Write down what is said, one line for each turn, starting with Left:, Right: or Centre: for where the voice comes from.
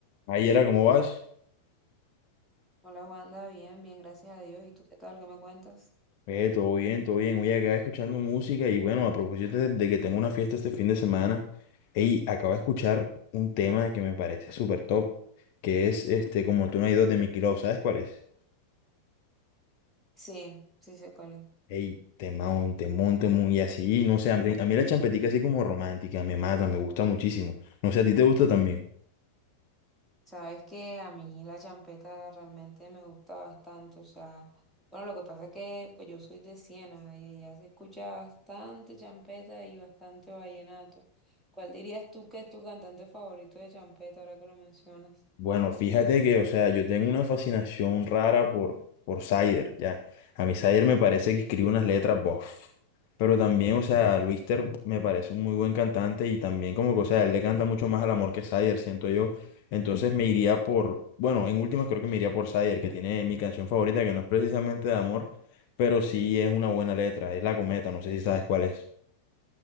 Left: Ahí era, ¿cómo vas?
Centre: Hola Wanda, bien, bien, gracias a Dios. ¿Y tú qué tal? ¿Qué me cuentas?
Left: Eh, todo bien, todo bien. Oye, acá escuchando música y bueno, a propósito de, de que tengo una fiesta este fin de semana, ey, acabo de escuchar un tema que me parece súper top, que es este, como tú no hay dos de Mickey Love, ¿sabes cuál es?
Centre: Sí, sí sé cuál es.
Left: Ey, temón, temón, temón, y así, no sé, a mí, a mí la champetica así como romántica, me mata, me gusta muchísimo. No sé, ¿a ti te gusta también?
Centre: Sabes que a mí la champeta realmente me gusta bastante, o sea, bueno, lo que pasa es que pues yo soy de Siena y allá se escucha bastante champeta y bastante vallenato. ¿Cuál dirías tú que es tu cantante favorito de champeta ahora que lo mencionas?
Left: Bueno, fíjate que, o sea, yo tengo una fascinación rara por, por Sider, ya. A mí Sider me parece que escribe unas letras, bof. Pero también, o sea, Luis Ter me parece un muy buen cantante y también como que, o sea, él le canta mucho más al amor que Sider, siento yo. Entonces me iría por, bueno, en últimas creo que me iría por Sider, que tiene mi canción favorita, que no es precisamente de amor, pero sí es una buena letra, es La Cometa, no sé si sabes cuál es.